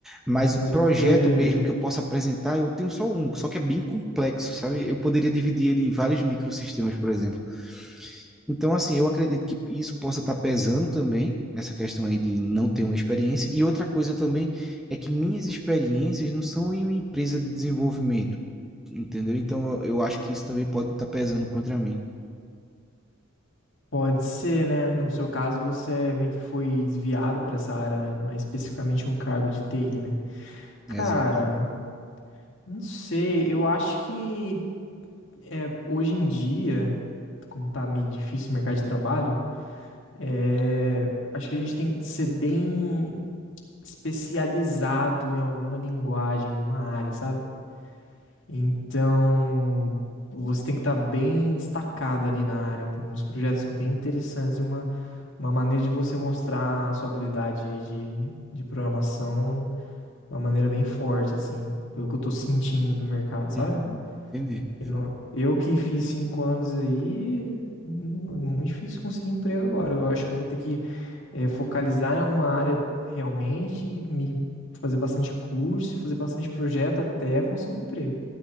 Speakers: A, in the centre; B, on the left.
A: Mas projeto
B: mas você
A: mesmo que eu possa apresentar, eu tenho só um, só que é bem complexo, sabe? Eu poderia dividir ele em vários microsistemas, por exemplo. Então, assim, eu acredito que isso possa estar pesando também, nessa questão aí de não ter uma experiência. E outra coisa também é que minhas experiências não são em uma empresa de desenvolvimento, entendeu? Então, eu eu acho que isso também pode estar pesando contra mim.
B: pode ser, né? No seu caso, você é meio que foi desviado para essa área, né? Mais especificamente um cargo de TI, né?
A: Exato.
B: Cara, não sei. Eu acho que é, hoje em dia, como tá meio difícil o mercado de trabalho, é, acho que a gente tem que ser bem especializado em alguma linguagem, em alguma área, sabe? Então, você tem que estar bem destacado ali na área, com uns projetos bem interessantes e uma, uma maneira de você mostrar a sua habilidade de, de programação de uma maneira bem forte, assim, pelo que eu tô sentindo do mercado, sabe?
A: Uhum, Entendi.
B: E não- Eu que fiz cinco anos aí, nu- muito difícil conseguir emprego agora. Eu acho que eu vou ter que eh, focalizar em alguma área realmente, e me fazer bastante curso e fazer bastante projeto até conseguir um emprego.